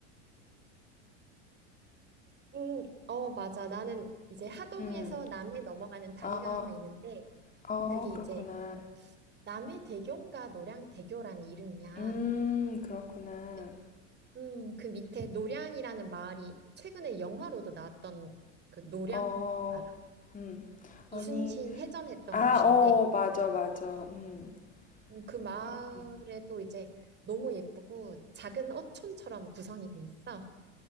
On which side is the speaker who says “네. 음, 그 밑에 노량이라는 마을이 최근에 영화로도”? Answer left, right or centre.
Right